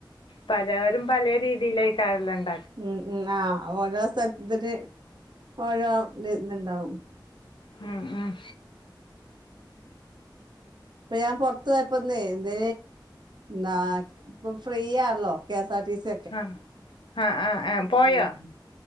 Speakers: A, on the left (about 80°); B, on the right (about 65°).
A: പലവരും പലയ രീതിയിലായിക്കാറലുണ്ട്..
B: മം മം ആ ഓരോ സ്ഥലത്ത <unintelligible> ഓരോ ഇതുണ്ടാവും
A: മം മം.
B: ഇപ്പൊ ഞാൻ പൊറത്ത് പോയപ്പന്നേ ദേ നാ ഇപ്പൊ ഫ്രീയാണല്ലോ കേസ്..
A: ആഹ് ആഹ് ആഹ് ഏഹ്
B: <unintelligible>
A: പോയോ